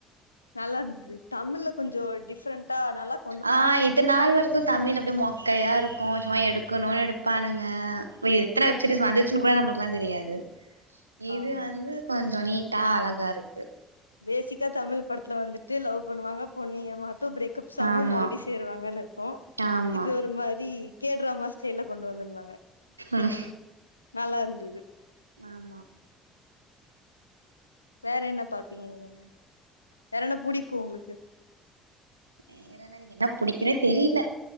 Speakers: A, on the left (about 85°); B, on the right (about 85°).
A: நல்லாது தமிழ்ல கொஞ்சோ டிப்ரெண்டா நல்லாக்
B: ஆ இது நாள் வர் கு தமிழ் அப்படி மொக்கயா இருக்கு சும்மா எடுக்கணுனு எடுப்பானுங்க வையத் த்ர வெப் சீரிஸ் வந்துச்சுனு கூட நம்பளுக்குலா தெரியாது இது
A: ஆமா
B: வந்து கொஞ்சோ நீட்டா அழகா இருக்கு
A: பேசிக்கா தமிழ் படத்துல வந்துட்டு லவ் பண்ணுவாங்க பொண்ணு ஏமாத்து பிரேக் கப் சாங்கு
B: ஆமா
A: மறுவ்டி சேருவாங்கன்னு இருக்கோ
B: ஆமா
A: இது ஒரு மாரி கே டிராமா ஸ்டைல்ல கொண்டு வந்திருந்தாங்க
B: ம்
A: நல்லாருந்தது
B: ஆமா
A: வேற என்ன பாப்பீங்க நீங்க வேற என்ன புடிக்கு உங்களுக்கு
B: வேறன என்ன எனக்கு பிடிக்குனே தெரியில